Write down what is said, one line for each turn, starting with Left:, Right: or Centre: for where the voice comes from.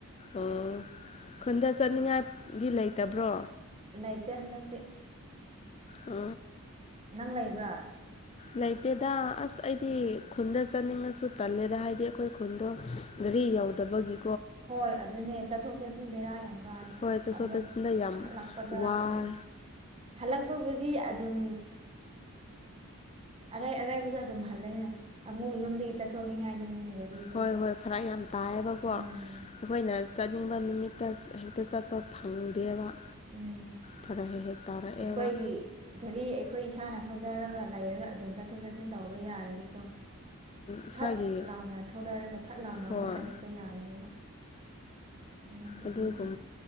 Left: ꯑꯣ ꯈꯨꯟꯗ ꯆꯠꯅꯤꯡꯉꯥꯏꯗꯤ ꯂꯩꯇꯕ꯭ꯔꯣ
Right: ꯂꯩꯥꯏꯇ ꯍꯅꯗꯤ
Left: ꯎ
Right: ꯅꯪ ꯂꯩꯕ꯭ꯔꯥ
Left: ꯂꯩꯇꯦꯗ ꯑꯁ ꯑꯩꯗꯤ ꯈꯨꯟꯗ ꯆꯠꯅꯤꯡꯉꯁꯨ ꯇꯜꯂꯦꯗ ꯍꯥꯏꯗꯤ ꯑꯩꯈꯣꯏ ꯈꯨꯟꯗꯣ ꯄ ꯌꯥꯎꯗꯕꯒꯤ
Right: ꯍꯣꯏ ꯑꯗꯨꯅꯦ ꯆꯠꯊꯣꯛ ꯆꯠꯁꯤꯟ ꯕꯦꯔꯥ ꯌꯥꯝ
Left: ꯍꯣꯏ ꯆꯠꯊꯣꯛ
Right: ꯑꯃꯨꯛ
Left: ꯆꯠꯁꯤꯟꯗ ꯌꯥꯝ
Right: ꯍꯜꯂꯛꯄꯗ
Left: ꯋꯥꯏ
Right: ꯑꯃꯨꯛ ꯍꯛ ꯑꯄꯕꯨꯗꯤ ꯑꯗꯨꯝ ꯑꯔꯩ ꯑꯔꯥꯏꯕꯗ ꯑꯗꯨꯝ ꯍꯜꯂꯅꯦ ꯑꯃꯨꯛ ꯌꯨꯝꯗꯒꯤ ꯆꯠꯊꯣꯛꯅꯤꯡꯉꯥꯏꯗꯨꯅꯤꯅꯦ ꯒꯥꯔꯤꯁꯦ
Left: ꯍꯣꯏ ꯍꯣꯏ ꯐꯔꯛ ꯌꯥꯝ ꯇꯥꯏꯌꯦꯕꯀꯣ
Right: ꯎꯝ
Left: ꯑꯩꯈꯣꯏꯅ ꯆꯠꯅꯤꯡꯕ ꯅꯨꯃꯤꯠꯇ ꯍꯦꯛꯇ ꯆꯠꯄ ꯐꯪꯗꯦꯕ
Right: ꯎꯝ
Left: ꯐꯔꯛ ꯍꯦꯛ ꯍꯦꯛ ꯇꯥꯔꯛꯑꯦꯕ
Right: ꯑꯩꯈꯣꯏꯒꯤ ꯘꯔꯤ ꯑꯩꯈꯣꯏ ꯏꯁꯥꯅ ꯊꯧꯖꯔꯒ ꯂꯩꯔꯒ ꯑꯗꯨꯝ ꯆꯠꯊꯣꯛ ꯆꯠꯁꯤꯟ ꯇꯧꯕ ꯌꯥꯔꯗꯤꯀꯣ
Left: ꯏꯁꯥꯒꯤ
Right: ꯐꯠ ꯂꯥꯎꯅ ꯊꯧꯗꯔꯒ ꯐꯠ ꯂꯥꯎꯅ
Left: ꯍꯣꯏ
Right: ꯑꯃꯨꯛ ꯍꯥꯏꯒꯠꯄ ꯌꯥꯕꯅꯦꯕ <unintelligible> ꯅꯠꯇꯕꯅꯤꯅ
Left: ꯑꯗꯨꯒ